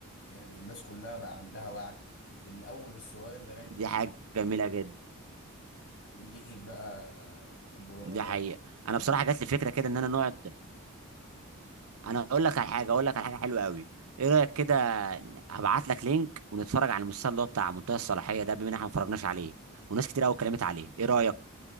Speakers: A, on the left; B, on the right.
A: يعني الناس كلها بقى عندها وعي من أول الصغير لغاية
B: دي
A: الكبير
B: حاجه جميله جدا
A: من ناحية بقى المراهنات
B: دي حقيقه انا
A: أو
B: بصراحه جات لي فكره كده ان انا نقعد انا اقول لك على حاجه اقول لك على حاجه حلوه قوي ايه رايك كده هبعت لك لينك ونتفرج على المسلسل اللي هو بتاع منتهى الصلاحيه ده بما ان احنا ما اتفرجناش عليه وناس كتير قوي اتكلمت عليه ايه رايك